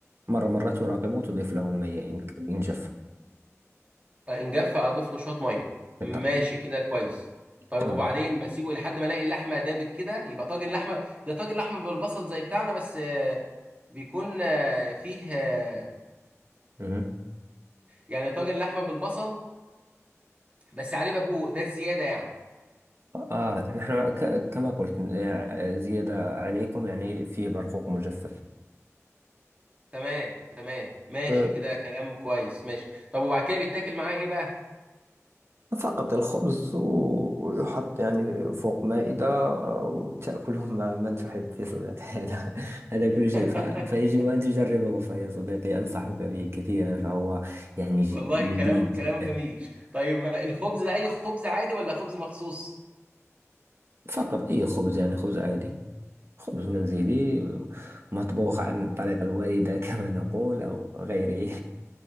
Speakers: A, on the right; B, on the right.
A: مرة مرة تراقبه تضيف له المية إن إن جف
B: آه، ان جف اضيف له شويه ميه ماشي
A: بالطبع
B: كده كويس طيب
A: تمام
B: وبعدين بسيبه لحد ما الاقي اللحمه دابت كده يبقى طاجن لحمه ده طاجن لحمه بالبصل زي بتاعنا بس آه، بيكون آه، فيه آه،
A: مهم.
B: يعني طاجن لحمه بالبصل بس عليه برقوق ده الزياده يعني
A: آه نحن ك- كما قلت آه، زيادة عليكم يعني فيه برقوق مجفف
B: تمام تمام ماشي
A: آه،
B: كده كلام كويس ماشي طب وبعد كده بيتاكل معاه ايه بقى
A: فقط الخبز و- ويحط يعني فوق مائدة آه، وتأكله مع من تحب يا صديقي <laughs> هذا هذا كل شيء
B: <laughs>
A: ف... فيجب أن تجربه فيا صديقي أنصحك به كثيرا فهو يعني ج-
B: والله
A: لذيذ
B: كلام كلام
A: جدا.
B: جميل طيب الخبز ده اي خبز عادي ولا خبز مخصوص
A: فقط أي خبز يعني خبز عادي خبز منزلي مطبوخ عن طريق الوالدة <laughs> كما نقول أو غيره